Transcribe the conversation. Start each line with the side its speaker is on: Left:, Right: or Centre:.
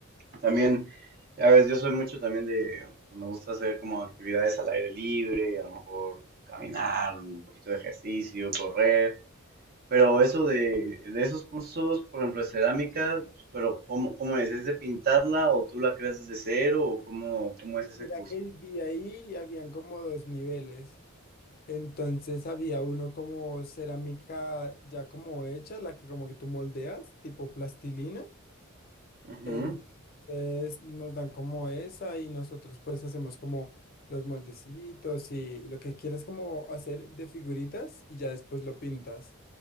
Right: También, ya ves, yo soy mucho también de, pues, me gusta hacer como actividades al aire libre, a lo mejor caminar, un poquito de ejercicio, correr, pero eso de, de esos cursos, por ejemplo, de cerámica, pero ¿cómo, cómo es? ¿Es de pintarla o tú la creas desde cero o cómo, cómo
Left: Pues
Right: es ese
Left: mira
Right: curso?
Left: que vi ahí y habían como dos niveles. Entonces había uno como cerámica ya como hecha, la que como que tú moldeas, tipo plastilina.
Right: Ujú,
Left: Entonces nos dan como esa y nosotros pues hacemos como los moldecitos y lo que quieras como hacer de figuritas y ya después lo pintas.